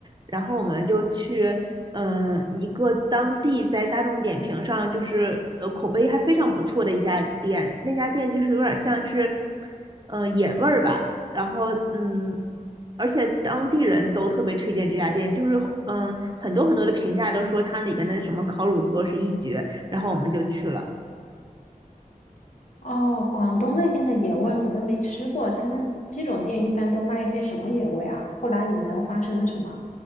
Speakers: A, on the right; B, on the left.
A: 然后我们就去，嗯，一个当地在大众点评上就是呃口碑还非常不错的一家店，那家店就是有点像是，呃，野味儿吧，然后嗯，而且当地人都特别推荐这家店，就是嗯很多很多的评价都说它里边的什么烤乳鸽是一绝，然后我们就去了。
B: 哦，广东那边的野味我都没吃过，他们这种店一般都卖一些什么野味啊？后来你们又发生了什么？